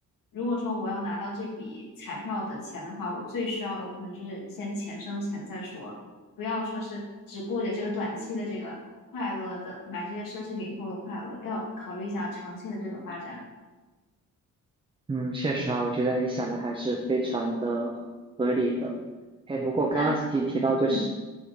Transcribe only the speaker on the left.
如果说我要拿到这笔彩票的钱的话，我最需要的可能就是先钱生钱再说。不要说是只顾着这个短期的这个快乐的买这些奢侈品后的快乐，要考虑一下长期的这个发展。
那嗯，